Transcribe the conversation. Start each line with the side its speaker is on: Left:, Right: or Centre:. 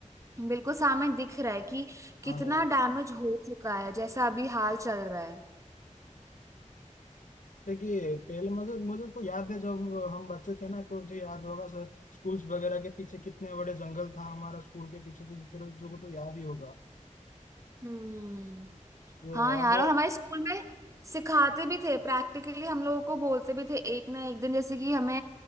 Right: बिल्कुल सामने दिख रहा है कि कितना
Left: हाँ यार
Right: डैमेज हो चुका है जैसा अभी हाल चल रहा है
Left: देखिए पहले मुझे मुझे तो याद है जब हम बच्चे थे ना तो मुझे याद होगा सर स्कूल्स वगैरह के पीछे कितने बड़े जंगल था हमारा स्कूल के पीछे तो तेरे को तो याद ही होगा
Right: हम्म
Left: तो
Right: हाँ
Left: अब
Right: यार
Left: वो
Right: और हमारे स्कूल में सिखाते भी थे प्रैक्टिकली हम लोगों को बोलते भी थे एक ना एक दिन जैसे कि हमें